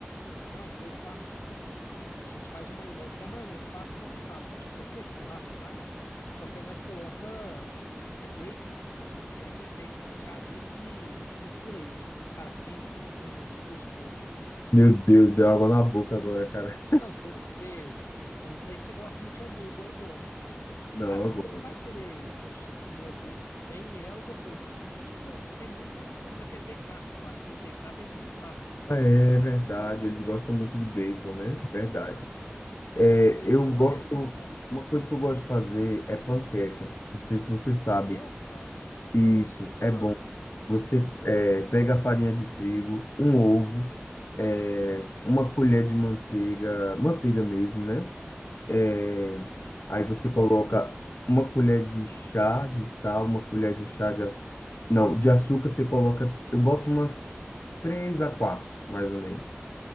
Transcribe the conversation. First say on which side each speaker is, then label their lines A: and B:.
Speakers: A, on the left; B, on the left.
A: Não, aqui eu faço umas. A gente faz uma maionese, que é a maionese padrão, sabe? Tipo, como é que churrasco e mais? Só que aí nós coloca é bacon, tri- é aquele bacon fatiadinho e, e tritura ele. Cara, pensa num trem que fica gostoso.
B: Meu Deus, deu água na boca agora, cara.
A: Não, você. Eu não sei se você gosta muito de hambúrguer, igual eu gosto, mas,
B: <laughs> Não,
A: cara,
B: é
A: você
B: bom.
A: não vai querer, como se diz, comer hambúrguer sem ela depois. Tipo, tem muito no, na que é BK. Eu acho que no BK tem muito, sabe?
B: Ah, É verdade, eles gostam muito de bacon, né? Verdade.
A: Aham.
B: É,
A: Ia ser
B: eu
A: uma
B: gosto.
A: delícia, cara.
B: Uma coisa que eu gosto de fazer é panqueca. Não sei se você sabe.
A: Panqueca, cara.
B: Isso.
A: Ah,
B: É, você é, pega a farinha de trigo, um ovo, é, uma colher de manteiga, manteiga mesmo, né? É, aí você
A: Uhum,
B: coloca uma colher de chá de sal, uma colher de chá de açúcar. Não, de açúcar você coloca. Eu boto umas três a quatro, mais ou menos.